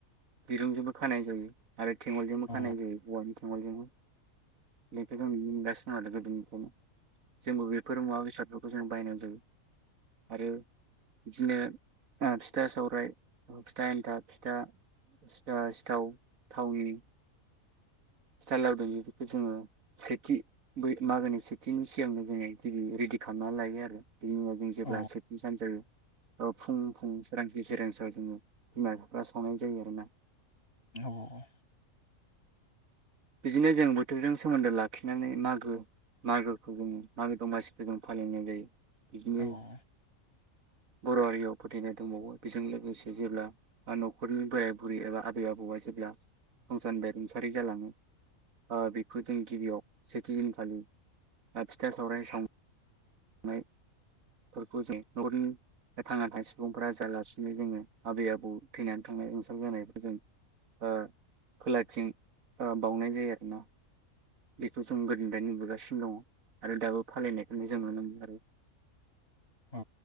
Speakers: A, on the right; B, on the left.
A: दिरुंजोंबो खानाय जायो आरो थेंगलजोंबो
B: औ
A: खानाय जायो औवानि <unintelligible> <unintelligible> <unintelligible> जोंबो बेफोर मुवा बेसादखौ- जों बायना जायो। आरो बिदिनो अ फिथा सावराय फिथा एन्थाब फिथा सिथा सिथाव थावनि स्टाइलाव जोङो सेथि बै मागोनि सेथिनि सिगांनो जोङो रेडि खालामनानै लायो आरो बिनि उनाव जों जेब्ला
B: औ
A: सेथि सान जायो औ फुं फुं सोरांसि सोरांसि जोङो बिमा बिफा सावनाय जायो आरो ना
B: औ औ औ
A: बिदिनो जों बोथोरजों सोमोन्दो लाखिनानै मागो मागोखौ बुङो मागो दमासि बेखौनो फालिनाय जायो। बिदिनो
B: औ औ ओ
A: बर' हारियाव फोथायनाय दंबावो बेजों लोगोसे जेब्ला न'खरनि बोराय बुरै एबा आबै आबौआ जेब्ला संसारनिफ्राय रुंसारि जालाङो ओ बेखौ जों गिबियाव दिनखालि फिथा सावराय सावनायफोरखौ जों नखरनि थांना थानाय सुबुंफोरा जालासि <unintelligible> जोङो आबै आबौ थैनानै थांनाय रोंसार जानायफोर जों ओ खोलाथिं ओ बावनाय जायो आरोना बेखौ जों गोदोनिफ्रायनो नुबोगासिनो दङ आरो दाबो फालिनायखौनो जों नुनो मोनो आरो
B: औ